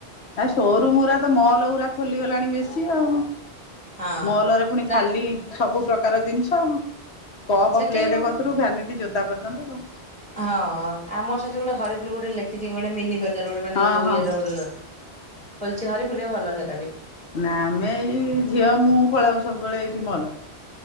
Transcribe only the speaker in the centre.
ହଁ
ତା
ସେଠି
ହଁ ଆମର ସେଠି ଗୋଟେ ହରି ହ ଗୋଟେ ଲେଖିଛି ଗୋଟେ ମିନି ବଜାର ଗୋଟେ ମାନେ
ଯୋ
ଇଏ ରୋଡ ଖୋଲଛି ହରିପୁର ଭଲ ସେଟା ବି